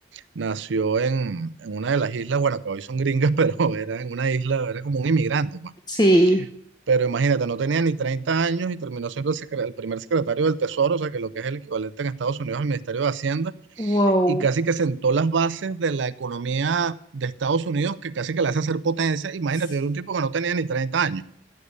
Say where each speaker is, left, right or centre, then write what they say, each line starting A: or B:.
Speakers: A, on the right; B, on the left.
A: nació en, en una de las islas, bueno, que hoy son gringas, <laughs> pero era en una isla, era como un inmigrante, pues.
B: Sí.
A: Pero imagínate, no tenía ni 30 años y terminó siendo el, secre- el primer secretario del Tesoro, o sea, que lo que es el equivalente en Estados Unidos al Ministerio de Hacienda,
B: Wow.
A: y casi que sentó las bases de la economía de Estados Unidos, que casi que la hace ser potencia. Imagínate,
B: S-
A: era un tipo que no tenía ni 30 años.